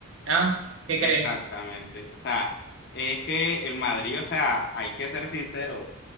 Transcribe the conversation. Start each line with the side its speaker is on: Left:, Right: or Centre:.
Right: ¿Ah? ¿Qué crees?
Left: Exactamente. O sea, es que el Madrid, o sea, hay que ser sincero.